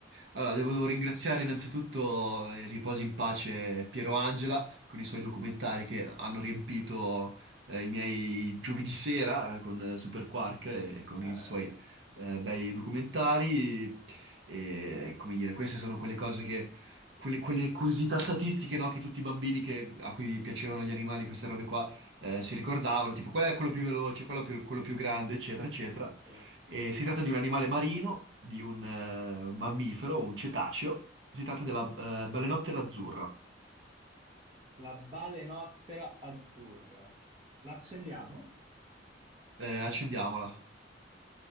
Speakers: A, on the right; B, on the right.
A: Allora, devo ringraziare innanzitutto, eh, riposi in pace, Piero Angela con i suoi documentari che hanno riempito eh, i miei giovedì sera eh, con eh, Super Quark e con
B: Eh,
A: i suoi eh, bei documentari. E, come dire, queste sono quelle cose che, quelle, quelle curiosità statistiche, no, che tutti i bambini che- a cui piacevano gli animali, queste robe qua, eh, si ricordavano, tipo qual è quello più veloce, quello più, quello più grande, eccetera, eccetera.
B: Cioè,
A: E si tratta di un animale marino, di un, eh, un mammifero, un cetaceo. Si tratta della eh, balenottera azzurra.
B: la balenottera azzurra, l'accendiamo?
A: Eh, accendiamola.